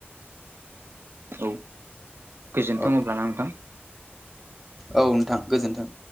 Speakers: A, on the right; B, in the centre.
A: औ गोजोन्थों
B: औ
A: अब्लाना नोंथां
B: औ नोंथां गोजोन्थों